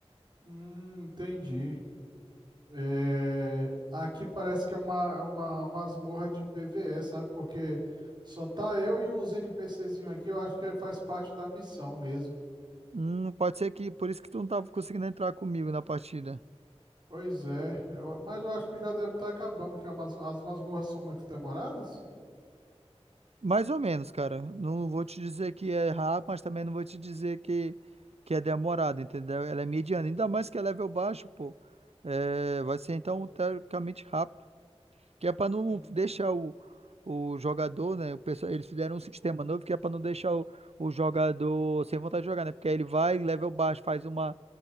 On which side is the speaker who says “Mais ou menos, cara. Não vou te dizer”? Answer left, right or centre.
Right